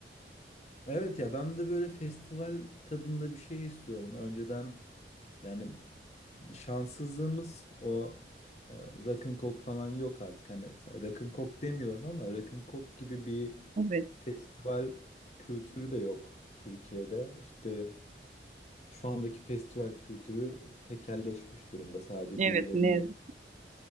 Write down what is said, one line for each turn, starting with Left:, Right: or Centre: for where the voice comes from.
Left: Evet ya ben de böyle festival tadında bir şey istiyorum. Önceden yani şanssızlığımız o e, rock'n'cock falan yok artık. Hani rock'n'cock demiyorum ama rock'n'cock gibi bir
Right: Evet,
Left: festival kültürü de yok Türkiye'de. İşte şu andaki festival kültürü tekelleşmiş durumda. Sadece
Right: evet
Left: birilerinin
Right: ne yazık,